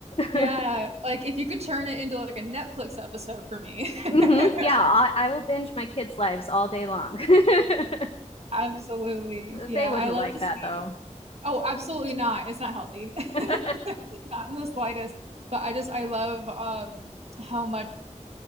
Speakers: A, on the right; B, on the left.
A: Yeah.
B: <laughs>
A: Like if you could turn it into like a Netflix episode for me. <laughs>
B: hmm Yeah, I, I will binge my kids' lives all day long. <laughs>
A: Absolutely.
B: They
A: Yeah,
B: wouldn't
A: I love
B: like
A: to see.
B: that though.
A: Oh, absolutely not. It's not healthy. <laughs>
B: <laughs>
A: Not in the slightest. But I just I love um how much